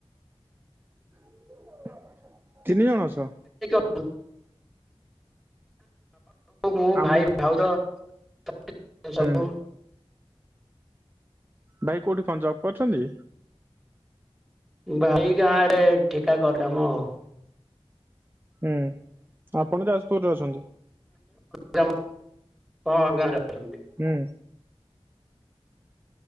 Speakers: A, on the right (about 20°); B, in the centre.
A: <inaudible> ତିନି ଜଣ ଅଛ?
B: <inaudible> ହଉ ମୁଁ,
A: ଆମକୁ
B: ଭାଇ, ଭାଉଜ। <inaudible>
A: ହୁଁ। ଭାଇ କୋଉଠି କଣ ଜବ୍ କରୁଚନ୍ତି?
B: ଭାଇ ଗାଁ ରେ ଠିକା କରି କାମ ।
A: ହୁଁ, ଆଉ ଆପଣ ଯାଜପୁରରେ ଅଛନ୍ତି।
B: ଜ <inaudible> ହଁ ଗାଁ ରେ ଅଛନ୍ତି।
A: ହୁଁ।